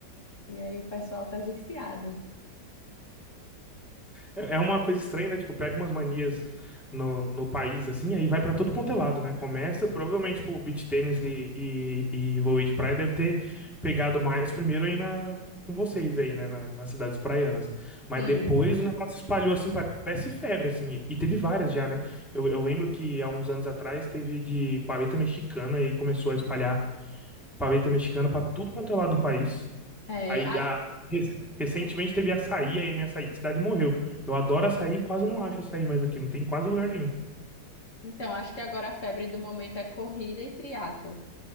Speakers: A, on the left (about 45°); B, in the centre.
A: e aí o pessoal tá viciado.
B: É é uma coisa estranha, né? Tipo, pega umas manias no, no país, assim, aí vai pra todo quanto é lado, né? Começa, provavelmente, tipo, beach tennis e, e, e vôlei de praia deve ter pegado mais primeiro aí na, com vocês aí, né? Na- nas cidades praianas. Mas
A: Sim.
B: depois o negócio espalhou, assim, parece febre, assim. E, e teve várias já, né? Eu, eu lembro que há uns anos atrás teve de paleta mexicana e começou a espalhar paleta mexicana pra tudo quanto é lado do país.
A: É,
B: Aí, a- rec- recentemente teve açaí, aí minha açaí de cidade morreu. Eu adoro açaí, quase não acho açaí mais aqui, não tem em quase lugar nenhum.
A: Então, acho que agora a febre do momento é corrida e triatlo,